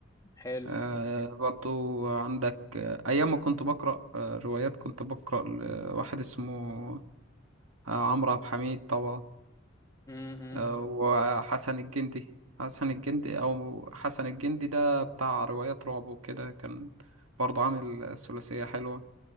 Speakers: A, on the left; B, on the right.
A: حلو
B: آه، برضو عندك آه، أيام ما كنت بقرأ آه، روايات كنت بقرأ لواحد اسمه آه، عمرو عبد الحميد طبعا
A: م-
B: آه،
A: م.
B: وحسن الجندي حسن الجندي أو حسن الجندي ده بتاع روايات رعب وكده كان برضه عامل ثلاثية حلوة